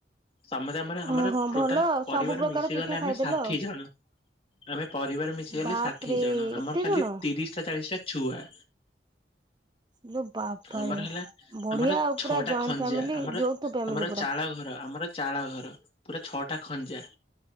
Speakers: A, on the left; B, on the right.
A: ସମସ୍ତେ ଆମର ଆମର
B: ଓହୋ
A: ଟୋଟାଲ
B: ଭଲ ଆଉ
A: ପରିବାର
B: ସବୁ ପ୍ରକାର
A: ମିଶିଗଲେ
B: ପିଠା
A: ଆମେ
B: ଖାଇଦେଲ
A: ଷାଠିଏ
B: ଆଉ।
A: ଜଣ। ଆମେ ପରିବାର ମିଶିଗଲେ
B: ବାପରେ
A: ଷାଠିଏ ଜଣ। ଆମର
B: ଏତେ
A: ଖାଲି
B: ଜଣ
A: ତିରିଶ ଟା ଚାଳିଶ ଟା ଛୁଆ।
B: ଇଲୋ ବାବାରେ।
A: ଆମର ହେଲା
B: ବଢିଆ
A: ଆମର
B: ଆଉ
A: ଛଅଟା
B: ପୁରା ଜଏଣ୍ଟ
A: ଖଞ୍ଜା।
B: ଫ୍ୟାମିଲି
A: ଆମର
B: ଯୌଥ ଫ୍ୟାମିଲି
A: ଆମର
B: ପୁରା।
A: ଚାଳ ଘର। ଆମର ଚାଳ ଘର। ପୁରା ଛଅଟା ଖଞ୍ଜା।